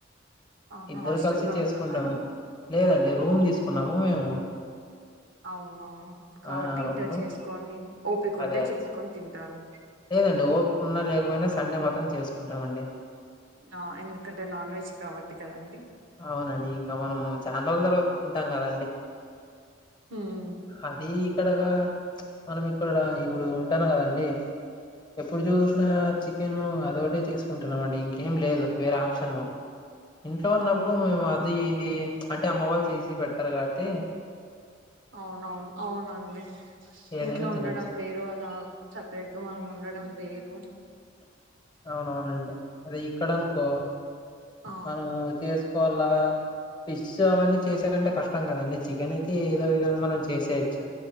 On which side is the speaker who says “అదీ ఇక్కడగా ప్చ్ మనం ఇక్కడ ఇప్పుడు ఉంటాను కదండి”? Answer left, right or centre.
Left